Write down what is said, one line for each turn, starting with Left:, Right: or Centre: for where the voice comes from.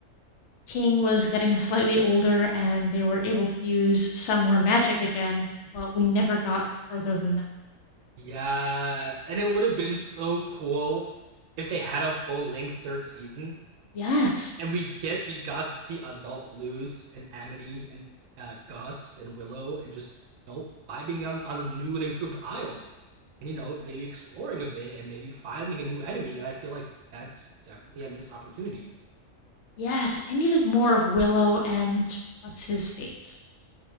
Left: King was getting slightly older and they were able to use some more magic again, but we never got further than that.
Right: Yes, and it would have been so cool if they had a full length third season,
Left: Yes.
Right: and we get we got to see adult Luz and Amity and uh, Gus and Willow, and just you know vibing on on the new and improved Isle, and you know maybe exploring a bit and maybe finding a new enemy. And I feel like that's definitely a missed opportunity.
Left: Yes, I needed more of Willow and what's his face.